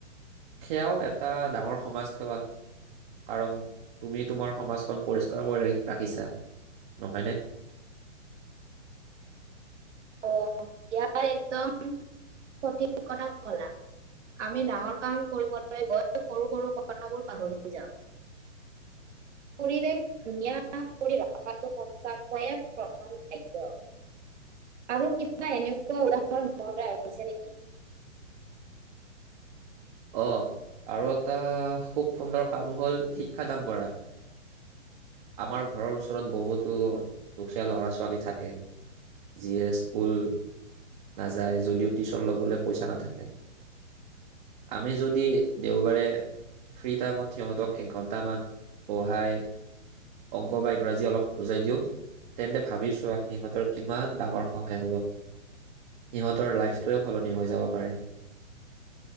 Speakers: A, on the right; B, on the right.
A: সেয়াও এটা ডাঙৰ সমাজ সেৱা, কাৰণ তুমি তোমাৰ সমাজখন পৰিষ্কাৰ কৰি ৰাখিছা নহয়নে?
B: অ' ইয়াৰ একদম সঠিক কথা কলা। আমি ডাঙৰ কাম কৰিব <unintelligible> গৈ সৰু সৰু কথাবোৰ পাহৰি যাওঁ। পৰিৱেশ ধুনীয়া কৰি ৰখাটো সঁচাকৈয়ে কৈয়ে প্ৰথম খাদ্য। আৰু কিবা এনেকুৱা উদাহৰণৰ মনলৈ আহিছে নেকি?
A: অ' আৰু এটা খুব সুন্দৰ কাম হ'ল শিক্ষাদান কৰা। আমাৰ ঘৰৰ ওচৰত বহুতো দুখীয়া ল'ৰা ছোৱালী থাকে যিয়ে স্কুল নাযায় যদিও টিউচন ল'বলৈ পইচা নাথাকে। আমি যদি দেওবাৰে ফ্ৰী টাইমত সিহঁতক এক ঘণ্টামান বহাই অংক বা ইংৰাজী অলপ বুজাই দিওঁ, তেন্তে ভাবি চোৱা সিহঁতৰ কিমান ডাঙৰ সহায় হ'ব। সিহঁতৰ লাইফটোৱে সলনি হৈ যাব পাৰে।